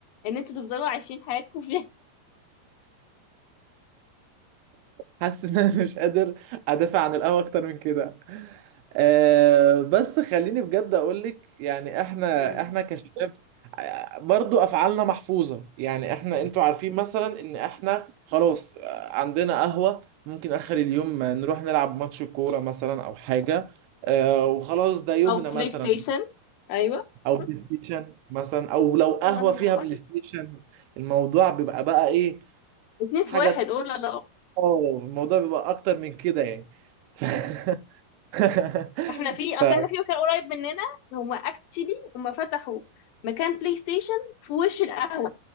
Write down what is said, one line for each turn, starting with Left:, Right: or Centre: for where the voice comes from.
Left: ان انتوا تفضلوا عايشين حياتكم فيها
Right: حاسس ان انا مش قادر ادافع عن القهوه اكتر من كده أه بس خليني بجد اقول لك يعني احنا
Left: مم.
Right: احنا كشباب آه، برضو افعالنا محفوظه يعني احنا انتوا عارفين مثلا ان احنا خلاص آه، عندنا قهوه ممكن اخر اليوم نروح نلعب ماتش كوره مثلا او حاجه أه وخلاص ده يومنا
Left: او بلاي
Right: مثلا
Left: ستيشن ايوه
Right: او بلاي
Left: <laughs>
Right: ستيشن مثلا او لو قهوه
Left: هو انا بقول
Right: فيها بلاي ستيشن الموضوع بيبقى بقى ايه
Left: اتنين في
Right: حاجه
Left: واحد قول لا لا.
Right: اه الموضوع بيبقى اكتر من كده يعني ف... <laughs>
Left: احنا في اصل احنا في مكان قريب مننا هما اكتشلي هما فتحوا مكان بلاي ستيشن في وش القهوة